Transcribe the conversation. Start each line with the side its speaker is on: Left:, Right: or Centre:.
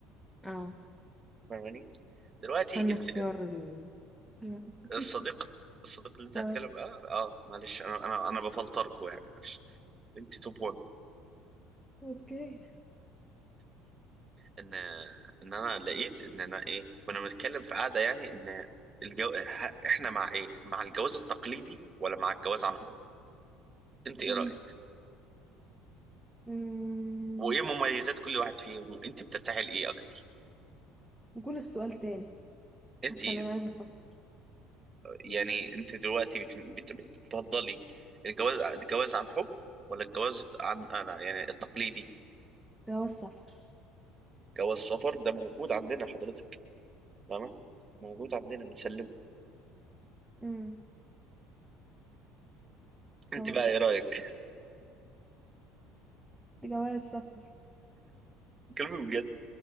Centre: اه
Right: فاهماني دلوقتي
Centre: عشان
Right: انت
Centre: اختيار ال مم. <laughs>
Right: الصديق الصديق اللي انت
Centre: اه
Right: هتكلم اه اه معلش انا انا انا بفلتركوا يعني معلش انت توب 1
Centre: اوكي
Right: ان ان انا لقيت ان انا ايه كنا بنتكلم في قعده يعني ان الجو... ه- احنا مع ايه مع الجواز التقليدي ولا مع الجواز عن حب انت ايه
Centre: مم.
Right: رايك
Centre: مم.
Right: وايه مميزات كل واحد فيهم وانت بترتاحي لايه اكتر
Centre: قول السؤال تاني حاسة
Right: انت
Centre: ان انا عايزة افكر
Right: يعني انت دلوقتي بت... بت... بت- بتفضلي الجواز الجواز عن حب ولا الجواز عن انا يعني التقليدي
Centre: جواز سفر
Right: جواز سفر ده موجود عندنا حضرتك فاهمه موجود عندنا بنسلمه
Centre: مم.
Right: انت
Centre: جواز
Right: بقى
Centre: سفر
Right: ايه رايك
Centre: جواز سفر
Right: كلمي بجد